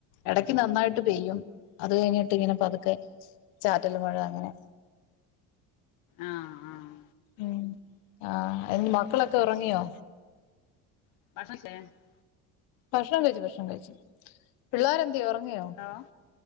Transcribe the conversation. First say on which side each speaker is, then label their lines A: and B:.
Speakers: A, on the left; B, on the left.
A: ഇടയ്ക്ക് നന്നായിട്ട് പെയ്യും അത് കഴിഞ്ഞിട്ട് ഇങ്ങനെ പതുക്കെ ചാറ്റല് മഴ അങ്ങനെ
B: ആഹ് ആഹ്
A: ഉം ആഹ് ആ യിന്റെ മക്കളൊക്കെ ഉറങ്ങിയോ
B: <unintelligible>
A: ഭക്ഷണം കഴിച്ചു ഭക്ഷണം കഴിച്ചു. പിള്ളാരെന്ത്യോ ഉറങ്ങിയോ?
B: ഹലോ